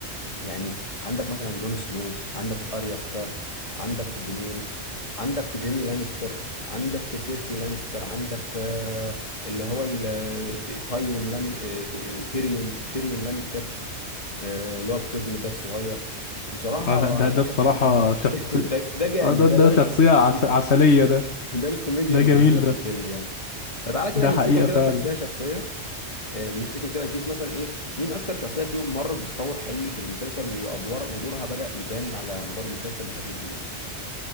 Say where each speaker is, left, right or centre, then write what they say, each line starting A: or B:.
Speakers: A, on the left (about 30°); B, on the left (about 70°).
A: يعني عندك مثلا جون سنو عندك اريا ستارك عندك دينيريس عندك جيمي لانستر عندك سيرسي لانستر عندك آه، اللي هو ال- ت- تايوين لان آه، ت- آه، تيريون تيريون لانستر آه، اللي هو القزم ده الصغير بصراحة
B: اه لا ده ده
A: في شخصيات
B: بصراحة
A: كتير
B: شخصية
A: <laughs> ده ده جامد
B: اه ده
A: ده
B: ده
A: ده
B: شخصية
A: بص
B: عس...
A: ده
B: عسلية ده
A: ده الكوميديا
B: ده
A: اللي
B: جميل
A: موجودة
B: ده
A: في الفيلم يعني فتعالى كده
B: ده
A: نمسكهم
B: حقيقة
A: كده
B: فعلا
A: شخصية شخصية آه، نمسكهم كده نشوف مثلا ايه مين اكتر شخصيه فيهم مرت بتطور حقيقي في المسلسل وادوار ودورها بدأ يبان على مدار المسلسل بشكل كبير